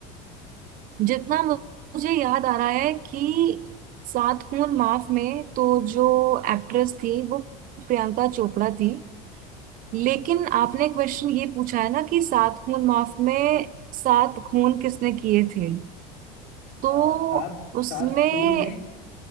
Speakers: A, on the right; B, on the left.
A: जितना मु- मुझे याद आ रहा है कि सात खून माफ में तो जो एक्ट्रेस थी वो प्रियंका चोपड़ा थी
B: हाँ
A: लेकिन आपने क्वेश्चन ये पूछा है ना कि सात खून माफ में सात खून किसने किए थे तो
B: आ, सात
A: उसमें
B: सात खून में